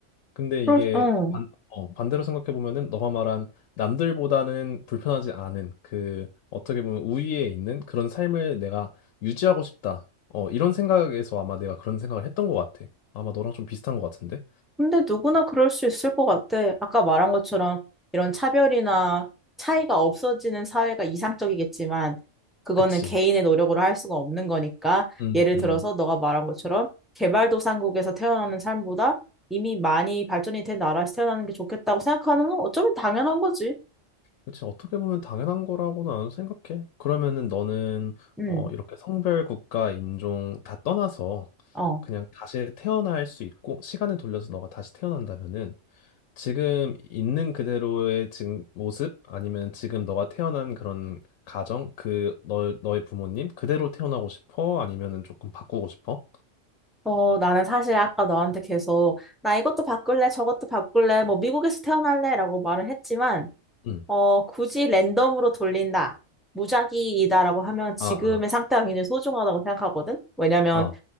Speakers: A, on the left; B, in the centre.
A: 근데
B: 그럴,
A: 이게
B: 응.
A: 반, 어, 반대로 생각해 보면은 너가 말한 남들보다는 불편하지 않은 그 어떻게 보면 우위에 있는 그런 삶을 내가 유지하고 싶다. 어, 이런 생각에서 아마 내가 그런 생각을 했던 것 같아. 아마 너랑 좀 비슷한 것 같은데.
B: 근데 누구나 그럴 수 있을 것 같아. 아까 말한 것처럼 이런 차별이나 차이가 없어지는 사회가 이상적이겠지만, 그거는
A: 그치?
B: 개인의 노력으로 할 수가 없는 거니까,
A: 음,
B: 예를 들어서
A: 음.
B: 너가 말한 것처럼 개발도상국에서 태어나는 삶보다 이미 많이 발전이 된 나라에서 태어나는 게 좋겠다고 생각하는 건 어쩌면 당연한 거지.
A: 그치. 어떻게 보면 당연한 거라고는 안 생각해. 그러면은 너는
B: 음,
A: 어, 이렇게 성별, 국가, 인종 다 떠나서
B: 어.
A: 그냥 다시 태어날 수 있고 시간을 돌려서 너가 다시 태어난다면은 지금 있는 그대로의 지금 모습 아니면 지금 너가 태어난 그런 가정 그 너, 너의 부모님 그대로 태어나고 싶어? 아니면은 조금 바꾸고 싶어?
B: 어, 나는 사실 아까 너한테 계속, 나 이것도 바꿀래, 저것도 바꿀래, 뭐, 미국에서 태어날래, 라고 말을 했지만,
A: 응.
B: 어, 굳이 랜덤으로 돌린다, 무작위이다라고 하면 지금의
A: 아, 아,
B: 상태가 굉장히 소중하다고 생각하거든? 왜냐면,
A: 아,